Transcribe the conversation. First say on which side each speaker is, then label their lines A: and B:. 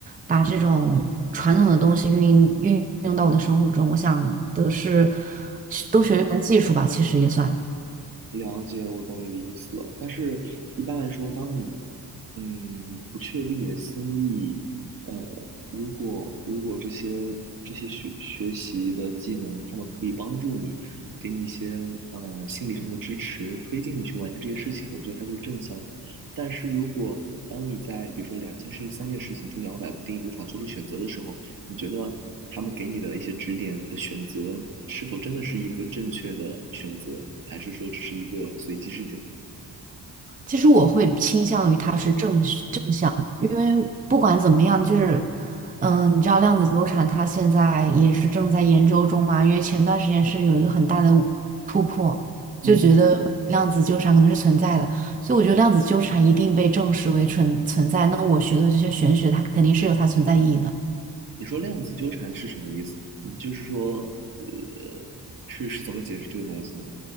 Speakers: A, on the right; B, on the right.
A: 把这种传统的东西运运用到我的生活中。我想的是，多学一门技术吧，其实也算。
B: 了解，我懂你的意思了。但是，一般来说，当你嗯不确定你的心意，呃，如果如果这些这些学学习的技能，他们可以帮助你，给你一些呃心理上的支持，推进你去完成这些事情，我觉得它就是正向的。但是如果当你在比如说两件事情、三件事情中摇摆不定，无法做出选择的时候，你觉得他们给你的一些指点的选择，是否真的是一个正确的选择，还是说只是一个随机事件？
A: 其实我会倾向于它是正正向的，因为不管怎么样，就是，嗯，你知道量子纠缠它现在也是正在研究中嘛，因为前段时间是有一个很大的突破，
B: 嗯，
A: 就觉得量子纠缠可能是存在的，所以我觉得量子纠缠一定被证实为存存在。那我学的这些玄学，它肯定是有它存在意义的。
B: 你说量子纠缠是什么意思？嗯就是说，呃，是是怎么解释这个东西呢？